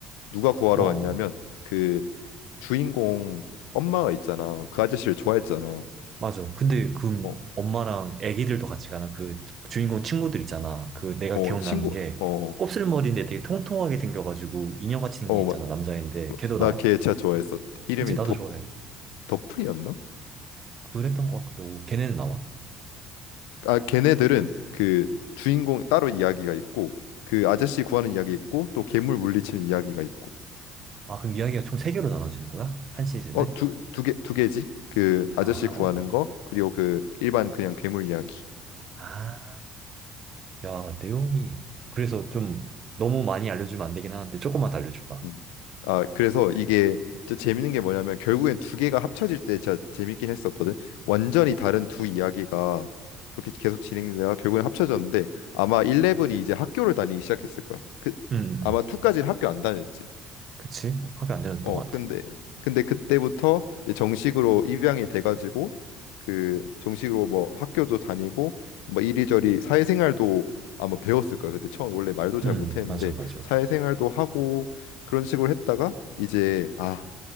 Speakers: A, on the left; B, on the right.
A: 누가 구하러
B: 어, 어.
A: 갔냐면 그 주인공 엄마가 있잖아. 그 아저씨를 좋아했잖아.
B: 맞아. 근데 그
A: 어,
B: 엄마랑 애기들도 같이 가나? 그 주인공 친구들 있잖아. 그 내가
A: 어,
B: 기억나는
A: 친구,
B: 게
A: 어,
B: 곱슬머리인데 되게 통통하게 생겨가지고 인형같이 생긴
A: 어,
B: 게 있잖아, 남자인데. 걔도
A: 나
B: 나와?
A: 걔 진짜 좋아했어. 이름이
B: 그치, 나도
A: 더,
B: 좋아해.
A: 더프리였나?
B: 그랬던 것 같기도 하고. 걔네는 나와.
A: 아, 걔네들은 그 주인공 따로 이야기가 있고, 그 아저씨 구하는 이야기 있고, 또 괴물 물리치는 이야기가 있고.
B: 아, 그럼 이야기가 총 세개로 나눠지는 거야? 한 시즌에?
A: 어, 두, 두 개, 두 개지? 그 아저씨
B: 아,
A: 구하는
B: 어, 어.
A: 거, 그리고 그 일반 그냥 괴물 이야기.
B: 아, 야, 내용이. 그래서 좀 너무 많이 알려주면 안 되긴 하는데 조금만 더 알려줘봐.
A: 음. 아, 그래서 이게 또 재밌는 게 뭐냐면 결국엔 두 개가 합쳐질 때 진짜 재밌긴 했었거든. 완전히 다른 두 이야기가 그렇게 계속 진행되다가 결국엔 합쳐졌는데 아마 11이 이제 학교를 다니기 시작했을 거야. 그
B: 음, 음.
A: 아마 2까지는 학교 안 다녔지.
B: 그치? 화가 안 되는
A: 어,
B: 것 같아.
A: 근데 근데 그때부터 이제 정식으로 입양이 돼가지고 그 정식으로 뭐 학교도 다니고 뭐 이리저리 사회생활도 아마 배웠을 거야. 그때 처음 원래 말도 잘
B: 음,
A: 못했는데
B: 맞아, 맞아.
A: 사회생활도 하고 그런 식으로 했다가 이제 아